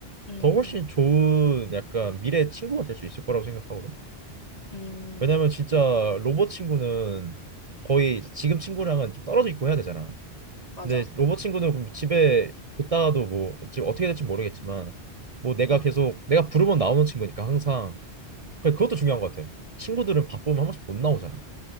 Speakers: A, on the left; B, on the right.
A: 음,
B: 더 훨씬 좋은 약간 미래의 친구가 될 수 있을 거라고 생각하거든.
A: 음,
B: 왜냐면 진짜 로봇 친구는 거의 이제 지금 친구랑은 좀 떨어져 있고 해야 되잖아.
A: 맞아.
B: 근데 로봇 친구는 그럼 집에 뒀다가도 뭐 지금 어떻게 될지 모르겠지만 뭐 내가
A: 응,
B: 계속 내가 부르면 나오는 친구니까 항상 그 그것도 중요한 것 같아. 친구들은 바쁘면 한 번씩 못 나오잖아.